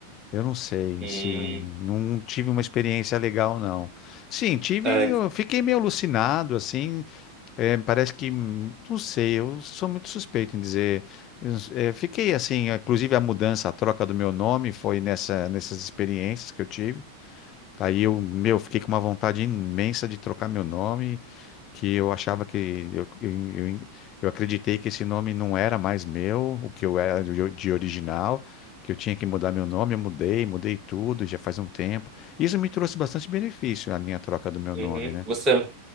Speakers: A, on the left; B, on the right.
A: Eu não sei
B: Hum,
A: se não tive uma experiência legal, não. Sim, tive,
B: é,
A: eu fiquei meio alucinado, assim. é, parece que, hum, não sei, eu sou muito suspeito em dizer. Eu, é, fiquei assim, inclusive a mudança, a troca do meu nome foi nessa, nessas experiências que eu tive. Aí eu, meu, fiquei com uma vontade imensa de trocar meu nome que eu achava que eu, eu, eu, eu acreditei que esse nome não era mais meu, o que eu era de de original, que eu tinha que mudar meu nome, eu mudei, mudei tudo, já faz um tempo. Isso me trouxe bastante benefício, a minha troca do meu
B: uhum.
A: nome, né?
B: Você,